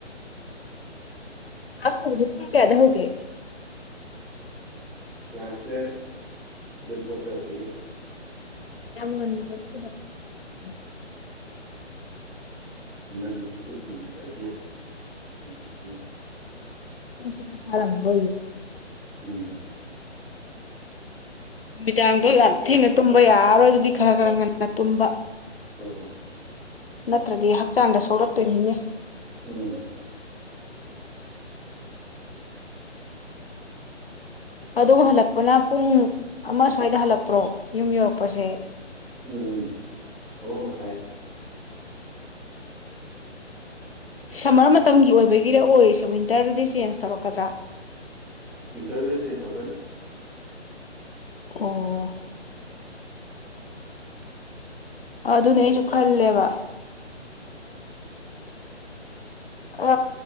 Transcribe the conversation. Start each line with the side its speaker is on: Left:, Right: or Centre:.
Left: ꯑꯁ ꯍꯧꯖꯤꯛ ꯄꯨꯡ ꯀꯌꯥꯗ ꯍꯧꯒꯦ
Centre: ꯀ꯭ꯂꯥꯁꯇ ꯁꯦ ꯁꯚꯦꯟ ꯐꯣꯔꯇꯤ ꯐꯥꯏꯚꯇꯒꯤ
Left: ꯌꯥꯝꯅ ꯉꯟꯕꯁꯨ <unintelligible>
Centre: ꯉꯡꯅ ꯆꯠꯄꯁꯤꯅ ꯈ꯭ꯋꯥꯏ ꯚꯦꯁꯅꯦ ꯚꯥꯏ ꯉꯝꯗꯕꯩ ꯋꯥꯅꯤ
Left: <unintelligible>
Centre: ꯎꯝ
Left: ꯅꯨꯃꯤꯗꯥꯡꯗꯣ ꯌꯥꯝ ꯊꯦꯡꯅ ꯇꯨꯝꯕ ꯌꯥꯔꯔꯣꯏ ꯑꯗꯨꯗꯤ ꯈꯔ ꯈꯔ ꯉꯟꯅ ꯇꯨꯝꯕ
Centre: ꯍꯣꯏ ꯍꯣꯏ
Left: ꯅꯠꯇ꯭ꯔꯗꯤ ꯍꯛꯆꯥꯡꯗ ꯁꯣꯛꯂꯛ ꯇꯣꯏꯅꯤꯅꯦ
Centre: ꯎꯝ
Left: ꯑꯗꯨꯒ ꯍꯜꯂꯛꯄꯅ ꯄꯨꯡ ꯑꯃ ꯁ꯭ꯋꯥꯏꯗ ꯍꯜꯂꯛꯄ꯭ꯔꯣ ꯌꯨꯝ ꯌꯧꯔꯛꯄꯁꯦ
Centre: ꯎꯝ ꯑꯃ ꯃꯈꯥꯏꯗ
Left: ꯁꯝꯃꯔ ꯃꯇꯝꯒꯤ ꯑꯣꯏꯕꯒꯤꯔ ꯑꯣꯏꯔꯤꯁꯦ ꯋꯤꯟꯇꯔꯗꯗꯤ ꯆꯦꯟꯖ ꯇꯧꯔꯛꯀꯗ꯭ꯔꯥ
Centre: ꯋꯤꯟꯇꯔꯗꯗꯤ ꯆꯦꯟꯖ ꯇꯧꯔꯛꯀꯅꯤ
Left: ꯑꯣ ꯑꯗꯨꯅꯦ ꯅꯩꯁꯨ ꯈꯜꯂꯦꯕ ꯑ